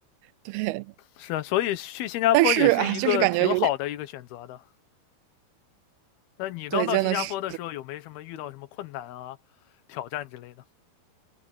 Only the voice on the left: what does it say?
是啊，所以去新加坡也是一个挺好的一个选择的。
那你刚到新加坡的时候，
有没什么遇到什么困难啊、挑战之类的？